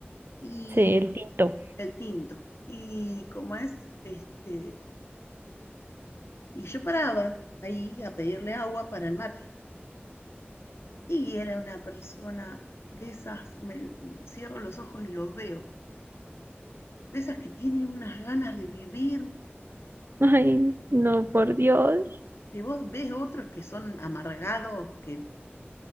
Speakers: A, on the left; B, on the right.
A: y
B: Sí, el tinto.
A: el tinto. Y como es, este, y yo paraba ahí a pedirle agua para el mate. Y era una persona de esas, me cierro los ojos y lo veo, de esas que tienen unas ganas de vivir,
B: Ay, no, por Dios.
A: que vos ves otros que son amargados, que